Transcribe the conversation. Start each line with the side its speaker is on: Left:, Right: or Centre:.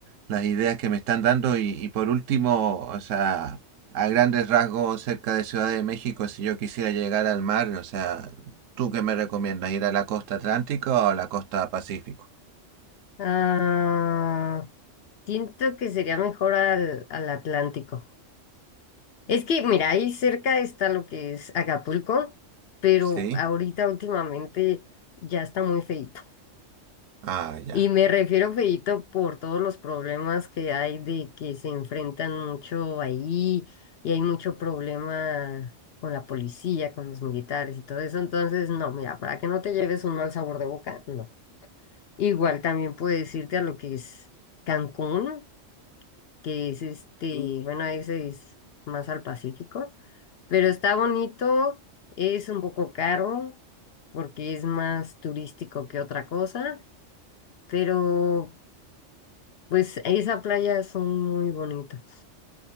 Right: las ideas que me están dando y, y por último, o sea, a grandes rasgos cerca de Ciudad de México, si yo quisiera llegar al mar, o sea, ¿tú qué me recomiendas? ¿Ir a la costa atlántica o a la costa pacífico?
Left: Ah, siento que sería mejor al, al Atlántico. Es que, mira, ahí cerca está lo que es Acapulco, pero
Right: Sí,
Left: ahorita últimamente ya está muy feito.
Right: ah, ya.
Left: Y me refiero feito por todos los problemas que hay de que se enfrentan mucho ahí y hay mucho problema con la policía, con los militares y todo eso. Entonces, no, mira, para que no te lleves un mal sabor de boca, no. Igual también puedes irte a lo que es Cancún. que es este, bueno, ese es más al Pacífico, pero está bonito, es un poco caro porque es más turístico que otra cosa, pero pues esas playas son muy bonitas.